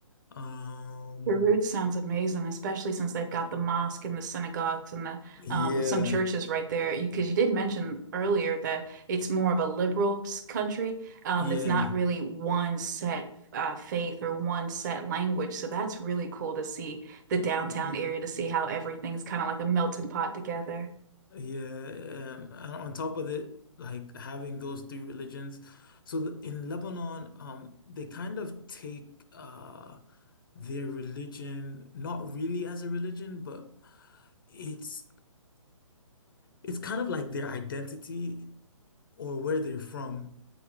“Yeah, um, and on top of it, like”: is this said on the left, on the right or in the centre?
Left